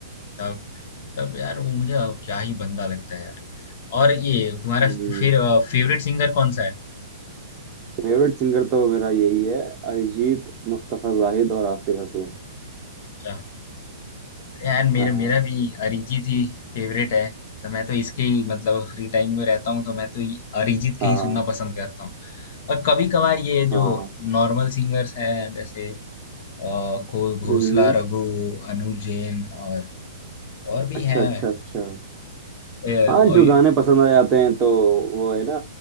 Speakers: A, on the left (about 45°); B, on the right (about 20°).
A: तब तब यार वो मुझे क्या ही बंदा लगता है यार और ये तुम्हारा
B: हम्म
A: फिर फेवरेट सिंगर कौन सा है
B: फेवरेट सिंगर तो मेरा यही है अरिजीत मुस्तफा जाहिद और आतिफ असलम
A: अच्छा। यार मेरा
B: हाँ
A: मेरा भी अरिजीत ही फेवरेट है तो मैं तो इसके ही मतलब फ्री टाइम में रहता हूँ तो मैं तो ये अरिजीत के
B: हाँ
A: ही सुनना पसंद करता हूँ और कभी कभार ये
B: हाँ
A: जो नॉर्मल सिंगर्स हैं जैसे अ, घो- घोषला
B: हम्म
A: रघु अनुज जैन और और भी
B: अच्छा
A: हैं
B: अच्छा अच्छा
A: ए,
B: हाँ
A: और
B: जो गाने पसंद आ जाते हैं तो वो है ना